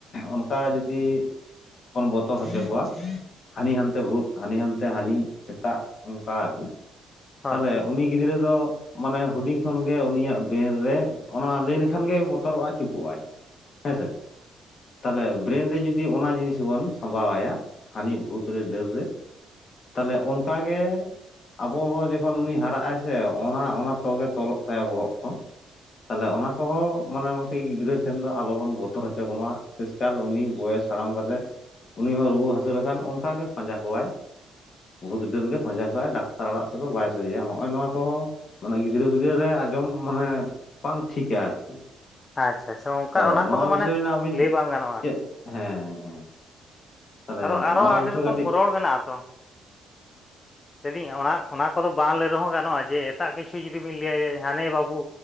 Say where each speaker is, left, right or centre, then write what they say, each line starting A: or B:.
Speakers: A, on the left (about 50°); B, on the left (about 30°).
A: ᱚᱱᱠᱟ ᱡᱩᱫᱤ, ᱵᱚᱱ ᱵᱚᱛᱚᱨ ᱦᱚᱪᱚ ᱠᱚᱣᱟ, ᱦᱟᱹᱱᱤ ᱦᱟᱱᱛᱮ ᱵᱷᱩᱛ ᱦᱟᱹᱱᱤ ᱦᱟᱱᱛᱮ ᱦᱟᱹᱱᱤ ᱥᱮᱛᱟ ᱚᱱᱠᱟ ᱟᱨᱠᱤ
B: ᱦᱳᱭ
A: ᱛᱟᱦᱞᱮ, ᱜᱤᱫᱽᱨᱟᱹ ᱫᱚ, ᱢᱟᱱᱮ ᱦᱩᱰᱤᱧ ᱠᱷᱚᱱᱜᱮ ᱩᱱᱤᱭᱟᱜ ᱵᱮᱨᱮᱱ ᱨᱮ ᱚᱱᱟ ᱞᱟᱹᱭ ᱞᱮᱠᱷᱟ ᱜᱮ ᱵᱚᱛᱚᱨᱚᱜ-ᱟᱭ ᱪᱩᱯᱩᱜ-ᱟᱭ᱾ ᱦᱮᱸ ᱥᱮ᱾ ᱛᱟᱦᱞᱮ ᱵᱮᱨᱮᱱ ᱨᱮ ᱡᱩᱫᱤ ᱚᱱᱟ ᱡᱤᱱᱤᱥ ᱵᱚᱱ ᱥᱟᱢᱵᱟᱣ ᱟᱭᱟ ᱦᱟᱹᱱᱤ ᱵᱷᱩᱛ ᱨᱮ ᱰᱟᱹᱱ ᱨᱮ, ᱛᱟᱦᱞᱮ ᱚᱱᱠᱟᱜᱮ ᱟᱵᱚ ᱦᱚᱸ ᱡᱚᱠᱷᱚᱱ ᱩᱱᱤ ᱦᱟᱨᱟᱜ ᱟᱭᱥᱮ ᱚᱱᱟ ᱚᱱᱟ ᱛᱜᱮ ᱛᱚᱞᱚᱜ ᱛᱟᱭᱟ ᱵᱚᱦᱚᱜ ᱠᱚ ᱛᱟᱦᱞᱮ ᱚᱱᱟ ᱠᱚᱦᱚᱸ, ᱢᱟᱱᱮ ᱢᱩᱴᱤ ᱜᱤᱫᱽᱨᱟᱹ ᱴᱷᱮᱱ ᱫᱚ ᱟᱞᱚᱵᱚᱱ ᱵᱚᱛᱚᱨ ᱦᱚᱪᱚ ᱠᱚᱢᱟ ᱥᱮᱥ ᱠᱟᱞ ᱩᱱᱤ ᱵᱚᱭᱮᱥ ᱦᱟᱲᱟᱢ ᱠᱟᱛᱮᱫ ᱩᱱᱤ ᱦᱚᱸ ᱨᱩᱣᱟᱹ ᱦᱟᱹᱥᱩ ᱞᱮᱠᱷᱟᱱ ᱚᱱᱠᱟᱜᱮ ᱯᱟᱸᱡᱟ ᱠᱚᱣᱟᱭ᱾ ᱵᱷᱩᱛ ᱰᱟᱹᱱ ᱜᱮ ᱯᱟᱡᱟ ᱠᱚᱼᱟᱭ ᱰᱟᱠᱛᱟᱨ ᱚᱲᱟᱜ ᱥᱮᱫ ᱫᱚ ᱵᱟᱭ ᱥᱚᱡᱷᱮᱭᱟ᱾ ᱦᱚᱜᱼᱚᱭ ᱱᱚᱣᱟ ᱠᱚᱦᱚᱸ ᱢᱟᱱᱮ ᱜᱤᱫᱽᱨᱟᱹ ᱯᱤᱫᱽᱨᱟᱹᱨ ᱨᱮ ᱟᱸᱡᱚᱢ ᱢᱟᱱᱮ ᱵᱟᱝ ᱴᱷᱤᱠᱟ ᱟᱨᱠᱤ᱾
B: ᱟᱪᱪᱷᱟ ᱟᱪᱪᱷᱟ ᱚᱱᱠᱟ
A: ᱛᱚ
B: ᱚᱱᱟ ᱠᱚᱫᱚ
A: ᱱᱚᱣᱟ
B: ᱢᱟᱱᱮ
A: ᱵᱤᱥᱚᱭ ᱨᱮᱱᱟᱜ ᱟᱹᱵᱤᱱ
B: ᱞᱟᱹᱭ ᱵᱟᱝ ᱜᱟᱱᱚᱜᱼᱟ
A: ᱪᱮᱫ
B: ᱟᱨᱠᱤ᱾
A: ᱦᱮᱸ ᱦᱮᱸ᱾ ᱛᱟᱦᱚᱞᱮ
B: ᱟᱫᱚ ᱟᱨᱚ
A: ᱱᱚᱣᱟ
B: ᱟᱹᱰᱤ
A: ᱵᱤᱥᱚᱭ
B: ᱨᱚᱠᱚᱢ
A: ᱠᱟᱹᱴᱤᱡ
B: ᱨᱚᱲ ᱢᱮᱱᱟᱜᱼᱟ ᱛᱚ᱾ ᱞᱟᱹᱭ ᱫᱤᱧ ᱚᱱᱟ ᱚᱱᱟ ᱠᱚᱫᱚ ᱵᱟᱝ ᱞᱟᱹᱭ ᱨᱮᱦᱚᱸ ᱜᱟᱱᱚᱜᱼᱟ ᱡᱮ ᱮᱴᱟᱜ ᱠᱤᱪᱷᱩ ᱡᱩᱫᱤ ᱵᱤᱱ ᱞᱟᱹᱭᱟᱭᱭᱟ ᱦᱟᱱᱮ ᱵᱟᱹᱵᱩ,